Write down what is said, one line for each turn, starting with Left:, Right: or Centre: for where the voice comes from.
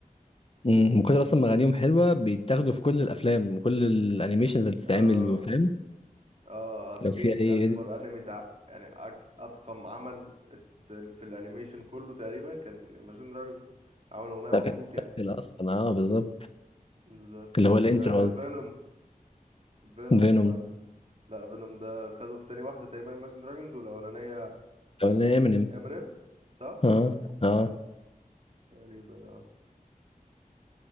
Left: امم من كتر اصلا ما اغانيهم حلوة بيتاخدوا في كل الافلام وكل الانيميشنز اللي بتتعمل
Right: اه
Left: وفاهم
Right: اه أركين
Left: لو في اي
Right: أكبر
Left: edit
Right: أنمي تع... يعني أك... أضخم عمل ات- في الأنيميشن كله تقريبا كان Imagine Dragons عمل أغنية
Left: ده
Right: مخصوص
Left: كان
Right: يعني
Left: متسجل اصلا اه بالظبط
Right: بالظبط
Left: اللي هو الانترو
Right: آه
Left: قصدي
Right: فينوم فينوم
Left: فينوم
Right: آه، لا فينوم ده خده في تاني واحدة تقريبا Imagine Dragons والأولانية
Left: او امينيم
Right: Eminem صح؟
Left: اه اه
Right: تقريبا اه